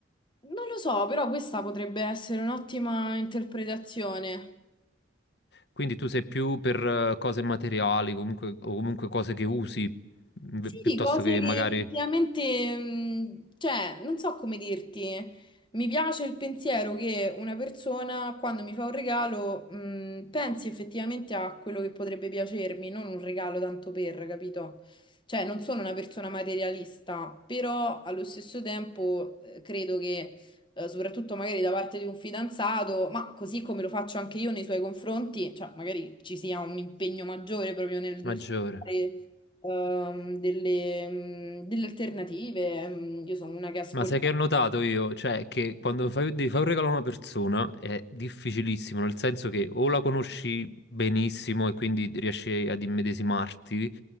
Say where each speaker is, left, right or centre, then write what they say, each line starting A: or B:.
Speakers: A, on the left; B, on the left.
A: Non lo so, però questa potrebbe essere un'ottima interpretazione.
B: Quindi tu sei più per eh, cose materiali, comunque, o comunque cose che usi, mh,
A: Sì,
B: piuttosto
A: cose
B: che
A: che
B: magari
A: effettivamente, mh, cioè, non so come dirti, mi piace il pensiero che una persona quando mi fa un regalo, mh, pensi effettivamente a quello che potrebbe piacermi, non un regalo tanto per, capito? Cioè, non sono una persona materialista, però allo stesso tempo eh, credo che, eh, soprattutto magari da parte di un fidanzato, ma così come lo faccio anche io nei suoi confronti, cioè, magari ci sia un impegno maggiore proprio nel nel
B: maggiore.
A: fare ehm, delle, mh, delle alternative. mh, Io sono una che ascolta.
B: Ma sai che ho notato io? Cioè, che quando fai- devi fare un regalo a una persona è difficilissimo, nel senso che o la conosci benissimo e quindi riesci ad immedesimarti,